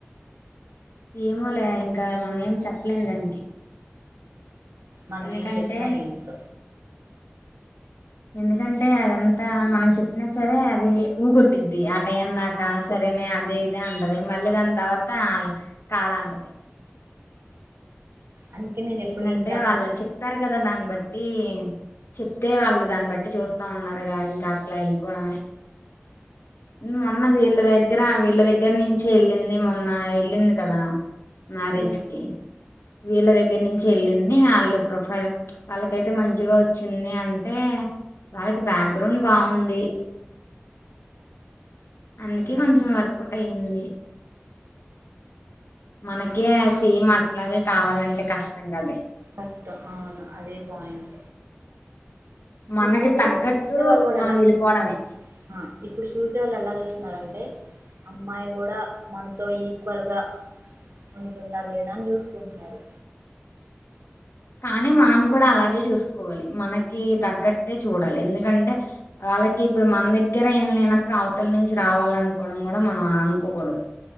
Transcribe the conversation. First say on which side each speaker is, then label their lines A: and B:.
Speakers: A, on the left (about 80°); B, on the right (about 85°).
A: ఏమోలే ఇంకా మనం ఏం చెప్పలేం దానికి
B: మనం
A: ఎందుకంటే
B: ఏం చెప్పినా ఎందుక
A: ఎందుకంటే అదంతా మనం చెప్పినా సరే అది ఊ కొట్టిద్ది ఆ టైం దాకా
B: అంతే
A: సరేనే అదే ఇదే అంటది మళ్ళీ దాని తర్వాత కాద అంటది
B: అందుకే నేను ఎప్పుడు
A: ఏంటంటే
B: ఏం చెప్పను
A: వాళ్ళు చెప్పారు కదా దాన్ని బట్టి బట్టి చెప్తే వాళ్ళు దాన్ని బట్టి చూస్తా ఉన్నారుగాదా ఇంకా అట్లా వెళ్ళిపోవడమే మోన్న వీర్లగా దగ్గర వీళ్ళ దగ్గర నుంచి వెళ్ళింది మొన్న వెళ్ళింది కదా మ్యారేజ్కి
B: ఉ
A: వీళ వెళ్ళింది వాళ్ళు ప్రొఫైల్ వాళ్ళకైతే మంచిగా వచ్చింది అంటే వాళ్ళకి బ్యాక్గ్రౌండ్ బాగుంది అందుకే
B: అంతే
A: కొంచెం వర్కౌట్ అయ్యింది మనకే సేమ్ అట్లాగే కావాలంటె కష్టం కదే
B: కష్టం అవును అదే పాయింట్
A: మనకి
B: ఇప్పుడు
A: తగ్గట్టు
B: చూసే వాళ్ళు గుడా
A: మనం
B: ఎలా
A: వెళ్ళిపోవడమే
B: చూస్తున్నారన్ ఇప్పుడు చూసే వాళ్ళు ఎలా చూస్తున్నారంటే అమ్మాయి గూడా మనతో ఈక్వల్గా ఉంటుందా లేదా అని జూస్కుంటున్నారు.
A: కానీ మనం కూడా అలాగే చూసుకోవాలి మనకి తగ్గట్టే చూడాలి ఎందుకంటే వాళ్ళకి ఇప్పుడు మన దగ్గర ఏం లేనప్పుడు అవతల నుంచి రావాలనుకోవడం కూడా మనం అనుకోకూడదు.